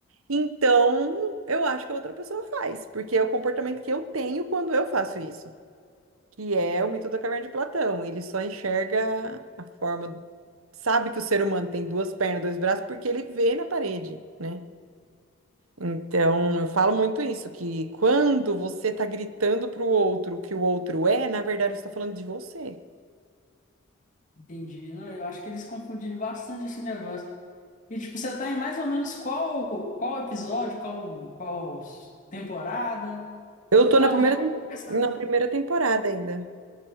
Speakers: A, on the right; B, on the left.
A: Então, eu acho que a outra pessoa faz, porque é o comportamento que eu tenho quando eu faço isso que é o mito da caverna de Platão. Ele só enxerga a forma, sabe que o ser humano tem duas pernas, dois braços, porque ele vê na parede, né? Então, eu falo muito isso, que quando você tá gritando pro outro o que o outro é, na verdade você tá falando de você.
B: Entendi. Não, eu acho que eles confundiram bastante esse negócio. E, tipo, você tá em mais ou menos qual, qual episódio, qual, qual temporada?
A: Eu tô
B: Talvez
A: na primeira,
B: começar.
A: na primeira temporada ainda.